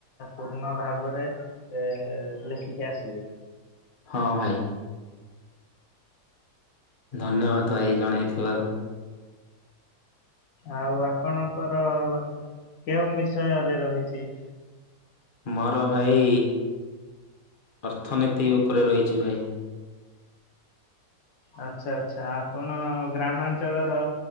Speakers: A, on the left; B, on the left.
A: ପୂର୍ଣ୍ଣ ଭାବରେ ଏ ଲେଖିକି ଆସିବେ
B: ହଁ ଭାଇ ଧନ୍ୟବାଦ ଭାଇ ଜଣାଇଥିବାରୁ
A: ଆଉ ଆପଣଙ୍କର କେଉଁ ବିଷୟରେ ରହିଛି
B: ମୋର ଭାଇ ଅର୍ଥନୀତି ଉପରେ ରହିଛି ଭାଇ
A: ଆଚ୍ଛା ଆଚ୍ଛା ଆପଣ ଗ୍ରାମାଞ୍ଚଳର